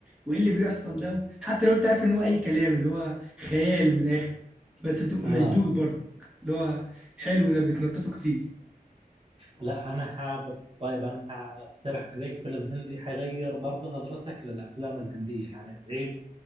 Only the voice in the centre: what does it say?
وايه اللي بيحصل ده و... حتى لو انت عارف ان هو اي كلام اللي هو خيال من الاخر بس بتبقى
مشدود برضه اللي هو حلو ده بيتنططوا كتير